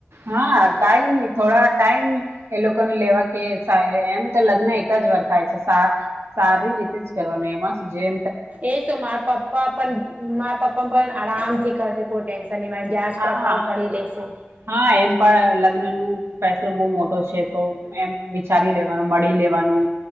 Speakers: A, on the right; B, on the right.
A: હા ટાઈમ ની થોડા ટાઈમ એ લોકોને લેવા કે એમ તો લગ્ન એક જ વાર થાય છે સારી રીતે જ કરવાની એમાં જ
B: એજ તો મારે પપા પણ મારા પપ્પા પણ આરામ થી કરશે કોઈ ટેન્શન નહી મારી જાંચ
A: હા
B: પડતાળ કરી લેશે
A: હા એમ પણ લગ્ન નું ફેસલો બહુ મોટો છે તો એમ વિચારી લેવાનું મળી લેવાનું